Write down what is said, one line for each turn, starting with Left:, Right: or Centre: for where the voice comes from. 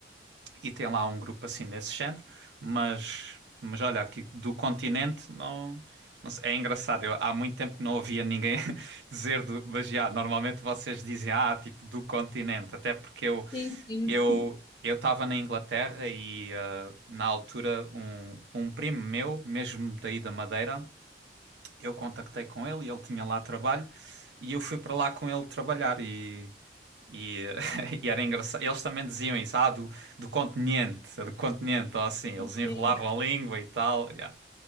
Right: e tem lá um grupo assim nesse género, mas, mas olha, aqui do continente não, não sei, é engraçado. Eu, há muito tempo que não ouvia ninguém <laughs> dizer do, mas já, normalmente vocês dizem, ah, tipo, do continente, até porque eu
Left: Sim, sim,
Right: eu eu estava na Inglaterra e ah, na altura um, um primo meu, mesmo daí da Madeira, eu contactei com ele e ele tinha lá trabalho e eu fui para lá com ele trabalhar e e, <laughs> e era engraçado. Eles também diziam isso, ah, do, do continente, do continente, ou assim,
Left: <laughs>
Right: eles enrolavam
Left: sim.
Right: a língua e tal. yeah.